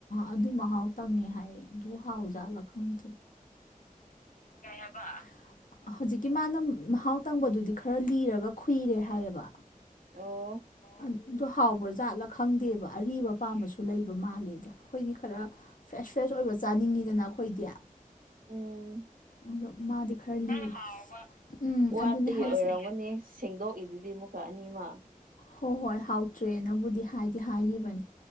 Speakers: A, on the left; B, on the right.
A: ꯑꯗꯨꯏ ꯃꯍꯥꯎ ꯇꯪꯉꯦ ꯍꯥꯏ ꯑꯗꯨ ꯍꯥꯎꯖꯥꯜꯂ ꯈꯪꯗꯦ ꯀꯩ ꯍꯥꯏꯕ ꯍꯧꯖꯤꯛꯀꯤ ꯃꯥꯅ ꯃꯍꯥꯎ ꯇꯪꯕꯗꯨꯗꯤ ꯈꯔ ꯂꯤꯔꯒ ꯈꯨꯨꯏꯔꯦ ꯍꯥꯏꯌꯦꯕ꯫
B: ꯑꯣ꯫
A: ꯑꯗꯣ ꯍꯥꯎꯕꯖꯥꯠꯂꯥ ꯈꯪꯗꯦꯕ ꯑꯔꯤꯕ ꯑꯄꯥꯝꯕꯁꯨ ꯂꯩꯕ ꯃꯥꯜꯂꯦꯕ ꯑꯩꯈꯣꯏꯗꯤ ꯈꯔ ꯐ꯭ꯔꯦꯁ ꯐ꯭ꯔꯦꯁ ꯑꯣꯏꯕ ꯆꯥꯅꯤꯡꯉꯤꯗꯅ ꯑꯩꯈꯣꯏꯗꯤ
B: ꯎꯝ
A: ꯑꯗꯣ ꯃꯥꯗꯤ ꯈꯔ ꯂꯤ <unintelligible> ꯎꯝ
B: ꯋꯥꯠꯄꯒꯤ
A: ꯑꯗꯨꯅꯦ ꯍꯥꯏꯁꯦ
B: ꯑꯣꯏꯔꯝꯒꯅꯤ ꯁꯦꯡꯗꯣꯛꯏꯗꯨꯗꯤ ꯃꯨꯛꯀ ꯑꯅꯤꯃꯛ
A: ꯍꯣ ꯍꯣꯏ ꯍꯥꯎꯇ꯭ꯔꯦꯅꯕꯨꯗꯤ ꯍꯥꯏꯗꯤ ꯍꯥꯏꯒꯤꯕꯅꯤ